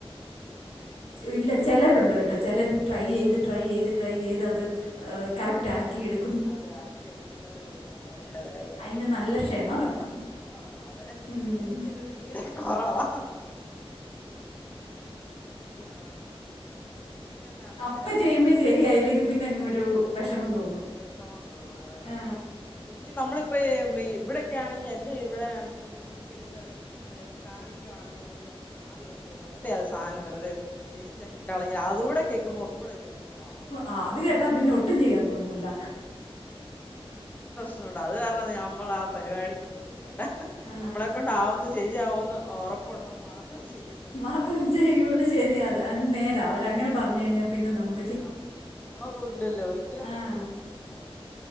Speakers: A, on the left; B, on the left.
A: അതെ
B: ഇല്ല ചെലരുണ്ട് കേട്ടോ ചെലര് ട്രൈ എയ്ത് ട്രൈ എയ്ത് ട്രൈ എയ്ത് അത് കറക്റ്റ് ആക്കി എടു
A: അതെ ആക്കി എടുക്കുന്നവരുണ്ട്. അതെ അതെ
B: അതിന് നല്ല ക്ഷമ വേണം
A: ക്ഷമ വേണം അതെ
B: ഉം
A: എനിക്ക്ത് തീരെ കൊറവാ ആ പിന്നെ എന്നാ
B: അപ്പ
A: വേറെ
B: ചെയ്യുമ്പോ
A: എന്നാ
B: ശരിയായില്ലെങ്കി പിന്നെ അങ്ങരു വെഷമം തോന്നും.
A: വെഷമം തോന്നും അതെ
B: ആ
A: പിന്നേ നമ്മളിപ്പോ ഈ ഇവിടെക്കെ ആണെങ്കി എന്റെ ഇവിടെയാണെങ്കി എന്തേലും നമ്മള് ചെയ് തിട്ടത് ഏഹ് ഇപ്പൊ കാ ണിക്കുവാണെന്നുണ്ടെങ്കി ആ ത് ഇത് വെർതെ അത് സാനം വെർതെ വേസ്റ്റാക്കി കളയ അതൂടെ കേക്കുമ്പോ ഒന്നൂടൊരു വെഷമാവും.
B: ആഹ് അത് കേട്ടാ പിന്നെ ഒട്ടും ചെയ്യാൻ തോന്നൂല്ല.
A: അത്കൊണ്ടാ അത് കാരണം നമ്മളാ പരിപാടിക്ക് പോവുകേല്ല.
B: ആ
A: നമ്മളെ കൊണ്ടാവുന്ന ശരിയാവൊന്ന് ഒറപ്പുണ്ടത് മാത്രേ ചെയ്യ
B: മാത്രം ചെയ്യൊള്ളൂ. ശരിയാ അത് അത് നേരാ. അവരങ്ങനെ പറഞ്ഞു കഴിഞ്ഞാ പിന്നെ നമു
A: പിന്നെ നമ്മുക്കാ അതുല്ലല്ലോ ഒരിക്കലും
B: ആ
A: പറ്റത്തില്ല നമ്മുക്കത്.